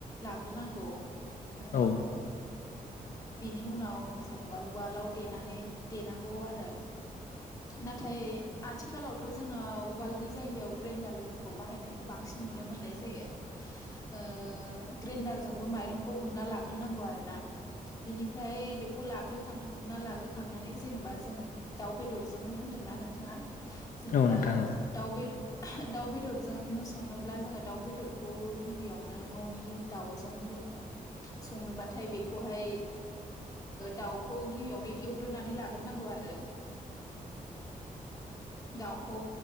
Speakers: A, on the left; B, on the left.
A: लाग्रोनांगौ ओ
B: औ
A: बिनि उनाव जेनेबा बा अवालाव देनानै देनांगौ आरो नाथाय आथिखालावथ' जोंनाव उवालनि जायगायाव ग्रेनदारखौ बाहायनायखौ बांसिन नुनो मोननाय जायो ओ ग्रेनदारजोंबो माइरंखौ उनना लानाग्रो नांगौ आरो ना बेनिफ्राय बेखौ लाग्रो खां उनना लाग्रोखांनानै जेन'बा जों दाउ बेदरजों होनदोंना नोंथाङा जेनेबा
B: औ नोंथां औ
A: दाउ बे दाउ बेदरजों संनोब्ला जोङो दाउ बेदरखौ गिबियावनो न'नि दाउजों जेनेबा संनोबाथाय बेखौहाय दाउ खौ गिबियावनो एवग्रोनानै लाग्रोनांगौ आरो दाउखौ